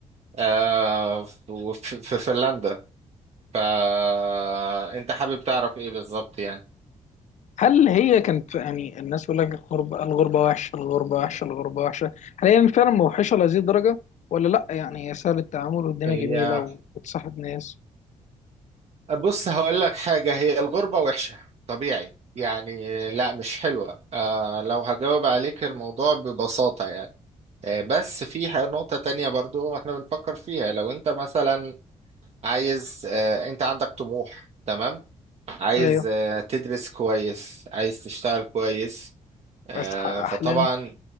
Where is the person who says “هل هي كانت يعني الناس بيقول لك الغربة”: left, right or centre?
Left